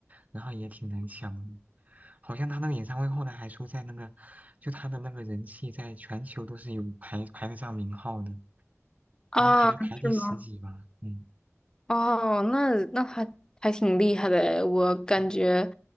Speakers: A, on the right; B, on the left.
A: 然后也挺难抢的。好像他那个演唱会后来还说，在那个就他的那个人气在全球都是有排排得上名号的，
B: 啊，
A: 好像排排第十几吧。
B: 是吗？
A: 嗯
B: 哦，那那还还挺厉害的诶我感觉，
A: 嗯，